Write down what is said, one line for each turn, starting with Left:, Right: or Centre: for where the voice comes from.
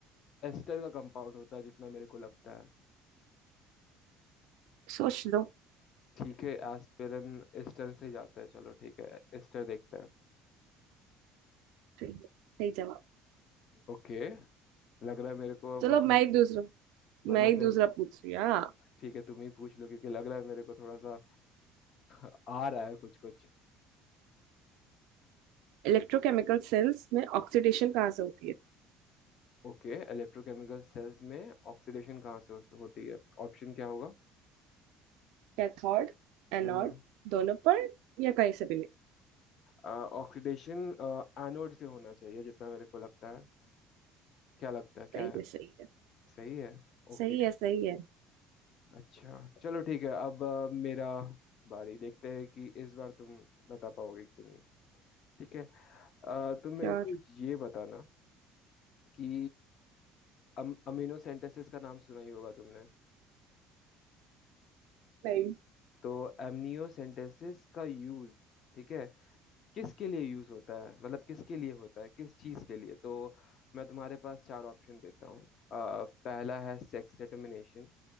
Left: एस्टर का कंपाउंड होता है जितना मेरे को लगता है
Right: सोच लो
Left: ठीक है एस्पिरिन एस्टर से जाता है चलो ठीक है एस्टर देखते हैं
Right: सही सही जवाब
Left: ओके लग रहा है मेरे को
Right: चलो
Left: मतलब
Right: मैं ही दूसरा
Left: मतलब
Right: मैं एक
Left: मैं
Right: दूसरा पूछ रही हूँ हाँ
Left: ठीक है तुम ही पूछ लो क्योंकि लग रहा है मेरे को थोड़ा सा <laughs> आ रहा है कुछ कुछ
Right: इलेक्ट्रोकेमिकल सेल्स में ऑक्सीडेशन कहाँ से होती है
Left: ओके इलेक्ट्रोकेमिकल सेल्स में ऑक्सीडेशन कहाँ से हो- होती है ऑप्शन क्या होगा
Right: कैथोड एनोड
Left: हम्म
Right: दोनों पर या कहीं से भी नहीं
Left: ऑक्सीडेशन एनोड से होना चाहिए जितना मेरे को लगता है क्या लगता है क्या
Right: सही
Left: है
Right: है सही है
Left: सही है ओके
Right: सही है सही है
Left: अच्छा चलो ठीक है अब अ, मेरा बारी देखते हैं कि इस बार तुम बता पाओगे कि नहीं ठीक है अ, तुम मेरे
Right: श्योर
Left: को ये बताना कि अम, अमीनो सेंटेसिस का नाम सुना ही होगा तुमने
Right: नहीं
Left: तो एमनियोसेंटेसिस का यूज ठीक है किसके लिए यूज होता है मतलब किसके लिए होता है किस चीज के लिए तो मैं तुम्हारे पास चार ऑप्शन देता हूँ अ, पहला है सेक्स डिटर्मिनेशन